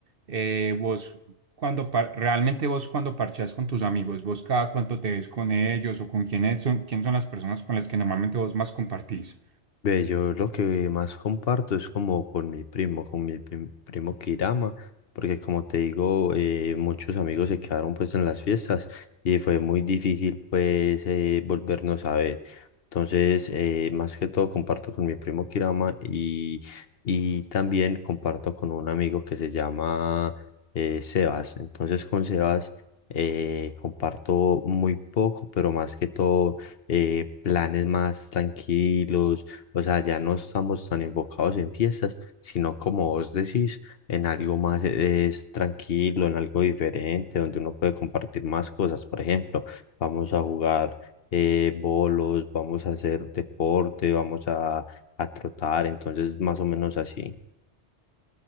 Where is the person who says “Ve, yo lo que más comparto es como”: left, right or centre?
Left